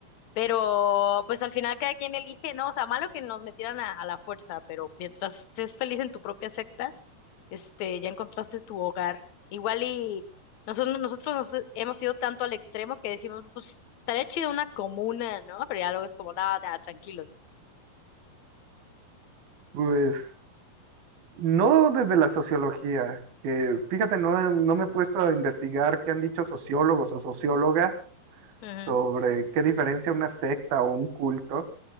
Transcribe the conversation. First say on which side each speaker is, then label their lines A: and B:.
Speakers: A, on the left; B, on the right.
A: Pero pues al final cada quien elige, ¿no? O sea, malo que nos metieran a, a la fuerza, pero mientras es feliz en tu propia secta este, ya encontraste tu hogar. Igual y nosotros, nosotros nos hemos ido tanto al extremo que decimos, pues estaría chido una comuna, ¿no? Pero ya luego es como, nada, nada, tranquilos.
B: Pues no desde la sociología, que fíjate, no, he- no me he puesto a investigar qué han dicho sociólogos o sociólogas
A: Ujú,
B: sobre qué diferencia una secta o un culto